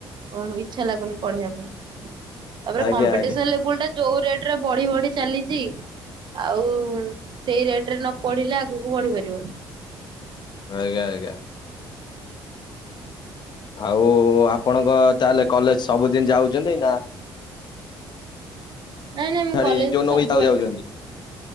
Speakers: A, on the right; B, on the left.
A: ଉଁ ଇଚ୍ଛା ଲାଗୁନି ପଢେଇବା ପାଇଁ।
B: ଆଜ୍ଞା
A: ତାପରେ କମ୍ପିଟିସନ୍
B: ଆଜ୍ଞା
A: ଲେବୁଲ ଟା ଯୋଉ ରେଟ୍ ରେ ବଢି ବଢି ଚାଲିଚି ଆଉ ସେଇ ରେଟ୍ ରେ ନ ପଢିଲେ ଆଗୁକୁ ବଢି ପାରିବନି।
B: ଆଜ୍ଞା ଆଜ୍ଞା। ଆଉ ଆପଣ ଙ୍କ ତାହେଲେ କଲେଜ ସବୁଦିନ୍ ଯାଉଚନ୍ତି ନା
A: ନାଇଁ ନାଇଁ ମୁଁ
B: ଛାଡି
A: କଲେଜ୍
B: ଯୋଉ ନ
A: ସବୁବେଳେ
B: ଇଚ୍ଛା ଯାଉଛନ୍ତି?